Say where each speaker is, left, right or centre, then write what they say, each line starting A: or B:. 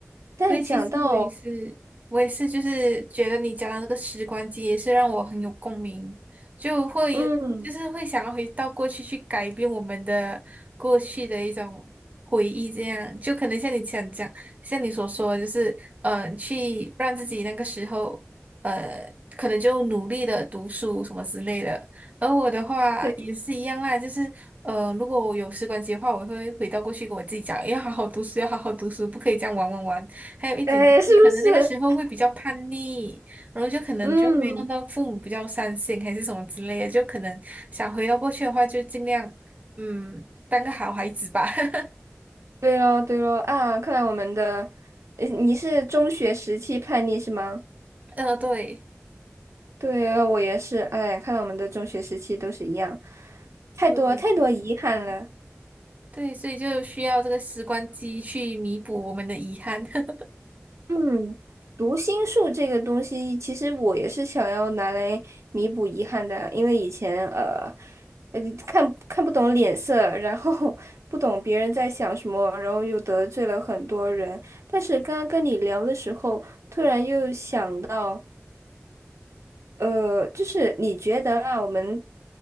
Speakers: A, on the right; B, on the right.
A: 但讲到，
B: 所以其实我也是，我也是，就是觉得你讲的那个时光机也是让我很有共鸣，就会就是会想要回到过去去改变我们的过去的一种回忆，
A: 嗯，
B: 这样就可能像你想讲，像你所说的就是嗯，去让自己那个时候呃，可能就努力的读书什么之类的。而我的话也是一样啦，
A: 对，
B: 就是呃，如果我有时光机的话，我会回到过去跟我自己讲，要好好读书，要好好读书，不可以这样玩玩玩。还有一点就是可能那个时候会比较叛逆，
A: 哎，是不是？
B: 然后就可能就会弄到父母比较伤心还是什么之类的，
A: 嗯，
B: 就可能想回到过去的话，就尽量嗯当个好孩子吧。<laughs>
A: 对咯，对咯，啊，看来我们的，呃你是中学时期叛逆是吗？
B: 呃，对
A: 对，我也是，哎，看来我们的中学时期都是一样，太多太多遗憾了。
B: 对对，所以就需要这个时光机去弥补我们的遗憾。<laughs>
A: 嗯，读心术这个东西，其实我也是想要拿来弥补遗憾的，因为以前呃，呃看看不懂脸色，然后 <laughs> 不懂别人在想什么，然后又得罪了很多人。但是刚刚跟你聊的时候，突然又想。到。呃，就是你觉得啊，我们